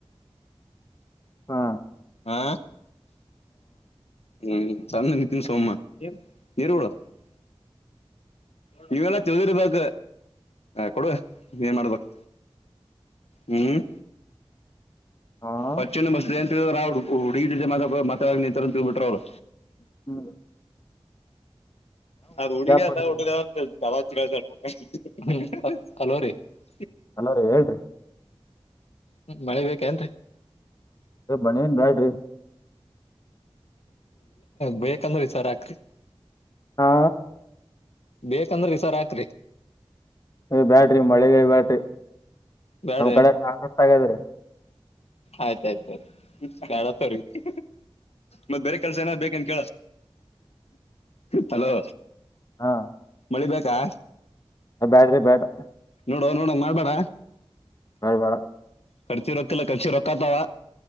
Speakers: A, on the left; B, on the left.
A: ಹಾ,
B: ಹಾ, ಹ್ಮ ತಣ್ಣಗ ನಿಂತಿನಿ ಸುಮ್ಮಾ., ಏರುಳ <unintelligible> ನೀವೆಲ್ಲಾ ತಿಳದಿರ್ಬೇಕ, ಕೊಡುವ ಏನ್ ಮಾಡ್ಬೇಕು. ಹ್ಮ್,
A: ಹಾಂ
B: ಪಂಚೆನ್ನು ಬಸ್ ಅಂತಿದ್ರ ಅವ್ರುಹುಡುಗಿ ಜೊತೆ ಮಾತಾ ಮಾತಾಡ ನಿಂತಾರ ಅಂತ ತಿಳ್ಬಿಟ್ರ ಅವರು.
A: ಹ್ಮ್,,
B: ಅದ್ ಹುಡುಗ
A: ಪಡಿದ್ರಿ
B: ಅಲ್ಲ ಅಂತ ಅವರಿಗೆ ಹಲೋ ರೀ <unintelligible>
A: ಹಲೋ ರೀ,,
B: ಮತ್ ಮಳೆ ಬೇಕ್ ಏನ್ರಿ,,
A: ಮಳಿ ಎನ್ ಬ್ಯಾಡ್ರಿ,
B: ಬಯೇಕಂದ್ರೆ ಈ ಸರ ಹಾಕ್ರಿ <unintelligible>
A: ಹಾ,,
B: ಬೇಕಂದ್ರ ಈ ಸರ ಹಾಕ್ರಿ,
A: ಬ್ಯಾಡ್ರಿ ಮಳಿನೆ ಬ್ಯಾಡ್ರಿ
B: ಬ್ಯಾಡ್ರಿ
A: ನಮ್ ಕಡೆ ಸಾಕಷ್ಟ ಆಗದ್ರೀ.
B: ಆಯ್ತಾಯ್ತಯ್ತು, ಬ್ಯಾಡಂತವರಿಗಿ. ಮತ್ತ ಬೇರೆ ಕೆಲಸ ಎನಾರ ಬೇಕೇನ್ ಕೇಳ್, ಹಲೋ
A: ಹಾ,,
B: ಮಳಿಬೇಕಾ,,
A: ಬ್ಯಾಡ್ರಿ, ಬ್ಯಾಡಾ
B: ನೋಡೋ, ನೋಡೋ ಹಂಗ ಮಾಡ್ಬೇಡ.
A: ಬ್ಯಾಡ್, ಬ್ಯಾಡ
B: ಕರ್ಚಿ ರೊಕ್ಕಿಲ್ಲ ಕರ್ಚಿಗಿ ರೊಕ್ಕತಾವ.